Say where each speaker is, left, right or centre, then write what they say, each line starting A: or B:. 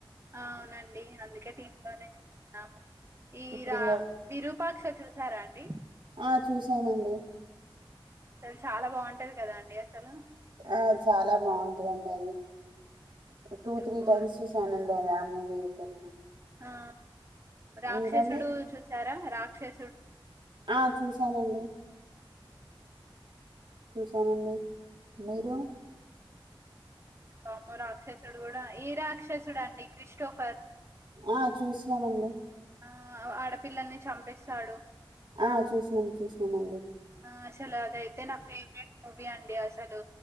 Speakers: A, on the right; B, on the right.
A: అవునండి అందుకే టీమ్ లోనే చూస్తున్నాము వీర
B: ఇప్పుడు ఇంగా
A: విరూపాక్ష చూసారా అండి
B: ఆ చూసానండి
A: తెల్ సాలా బాంటది కదా అండి అసలు
B: ఆ! చాలా <unintelligible> అది
A: అసలు
B: టూ త్రీ
A: బోర్
B: టైమ్స్ చూసానండి అది ఆ మూవీ అయితే నేను
A: ఆ రాక్షసుడు
B: మీరండి?
A: చూసారా రాక్షసుడు
B: ఆ చూశానండి చూశానండి మీరు
A: పామూ రాక్షసుడు కూడా ఈ రాక్షసుడండి క్రిస్టోఫర్
B: ఆ చూసినానండి
A: ఆ ఆడపిల్లల్ని చంపేస్తాడు
B: ఆ చూసినాం చూసినానండి
A: ఆ అసలు అదయితే నా ఫేవరెట్ మూవీ అండి అసలు